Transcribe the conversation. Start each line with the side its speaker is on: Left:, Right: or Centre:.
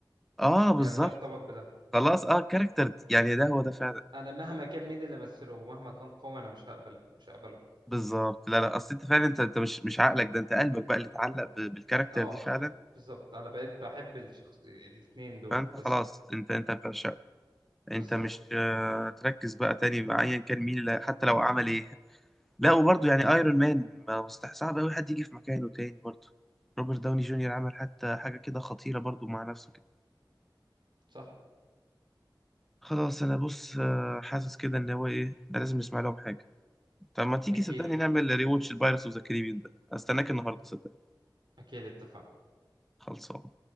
Centre: اه بالظبط
Right: هي ده ارتبط بده
Centre: خلاص اه كاركتر يعني ده هو ده فعلا
Right: انا مهما كان مين اللي مثله ومهما كان قوي انا مش هقبل مش هقبله
Centre: بالظبط لا لا اصل انت فعلا انت انت مش مش عقلك ده انت قلبك بقى اللي اتعلق ب- بالكاركتر
Right: اه
Centre: دي فعلا
Right: بال- بالظبط انا بقيت بحب الشخص الاتنين دول
Centre: فانت
Right: بس
Centre: خلاص انت انت بتعشقه انت
Right: بالظبط
Centre: مش آه، تركز بقى تاني مع ايا كان مين اللي حتى لو عمل ايه لا وبرضه يعني ايرون مان ما مستح صعب قوي حد يجي في مكانه تاني برضه روبرت داوني جونيور عمل حتى حاجه كده خطيره برضه مع نفسه كده
Right: صح
Centre: خلاص انا بص آه، حاسس كده ان هو ايه ده لازم نسمع لهم حاجه طب ما تيجي
Right: اكيد
Centre: صدقني نعمل ريواتش البايرتس اوف ذا كاريبيان ده استناك النهارده صدقني
Right: اكيد اتفقنا
Centre: خلصان